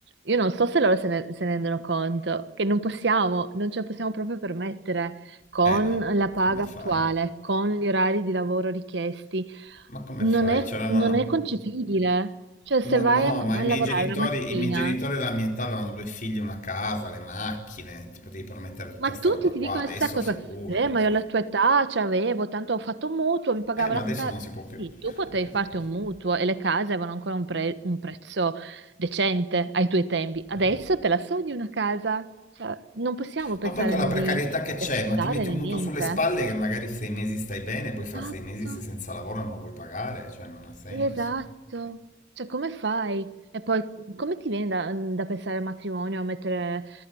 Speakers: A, on the right; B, on the left.
A: Io non so se loro se ne, se ne rendono conto, che non possiamo, non ce la possiamo proprio permettere con
B: Eh no,
A: la paga
B: come fai?
A: attuale, con gli orari di lavoro richiesti.
B: Ma come
A: Non
B: fai?
A: è,
B: C'erano...
A: non è concepibile. Cioè, se
B: Ma
A: vai
B: no,
A: a a
B: ma i miei
A: lavorare
B: genitori,
A: la mattina.
B: i miei genitori della mia età avevano due figli, una casa, le macchine, ti potevi permettere tutta
A: Ma
B: sta
A: tutti
B: roba qua,
A: ti dicono
B: adesso
A: la stessa cosa.
B: figurati.
A: Eh, ma io alla tua età c'avevo, tanto ho fatto un mutuo, mi pagavo
B: Eh, ma
A: la
B: adesso
A: casa.
B: non si può più.
A: Sì,
B: <laughs>
A: tu potevi farti un mutuo e le case avevano ancora un, pre- un prezzo decente ai tuoi tempi. Adesso
B: Certo.
A: te la sogni una casa? Cioè, non possiamo pensare
B: Ma poi con la
A: né
B: precarietà
A: di
B: che c'è,
A: di acquistare
B: ma ti metti
A: né
B: un
A: niente.
B: mutuo sulle spalle che magari sei mesi stai bene, poi
A: Esatto.
B: fra sei mesi sei senza lavoro non lo puoi pagare, cioè non ha senso.
A: Esatto, cioè come fai? E poi come ti viene da, da pensare al matrimonio, a mettere